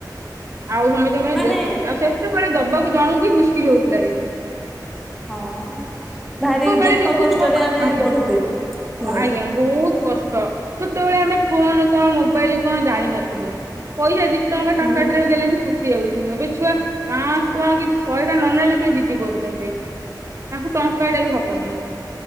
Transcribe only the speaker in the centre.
ମାନେ
ହଁ ଭାରି
ଦୁଃଖ
କଷ୍ଟରେ ଆମେ
ବଢୁଥିଲୁ। ହୁଁ
ହୁଁ